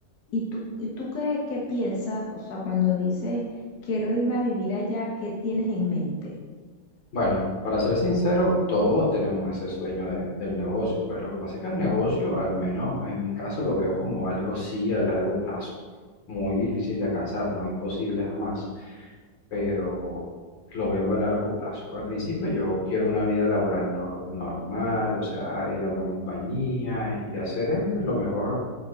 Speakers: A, on the left (about 65°); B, on the left (about 80°).
A: ¿Y tú, y tú qué, qué piensas? O sea, cuando dices quiero irme a vivir allá, ¿qué tienes en mente?
B: Bueno, para ser sincero, todos tenemos ese sueño de- del negocio. Pues lo que pasa es que el negocio, al menos en mi caso, lo veo como algo sí a largo plazo. Muy difícil de alcanzar, no imposible jamás, pero lo veo a largo plazo. Al principio yo quiero una vida laboral no- normal, o sea, ir a una compañía y hacer eh, lo mejor